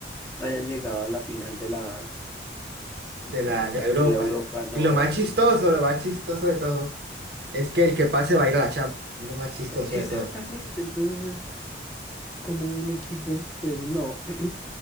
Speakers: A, on the left; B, on the right.
A: hayan llegado a la final de la,
B: de la,
A: de la,
B: de Europa.
A: de la Europa. No,
B: Y lo más chistoso,
A: e-
B: lo más chistoso de todo, es que el que pase va a ir a la Champions. Es lo más chistoso
A: exactamente.
B: de todo.
A: Entonces es como un equipo de esos. No, <clears throat>